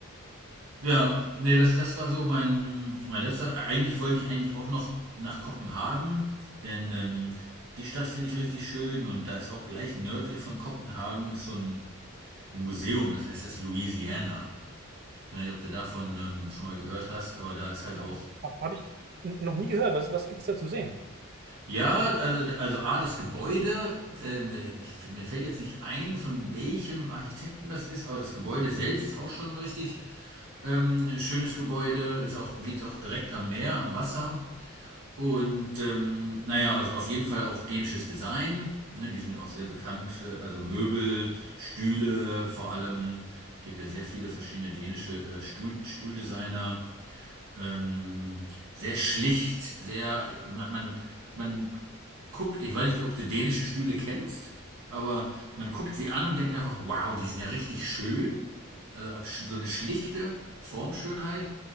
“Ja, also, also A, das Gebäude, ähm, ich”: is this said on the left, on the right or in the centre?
Right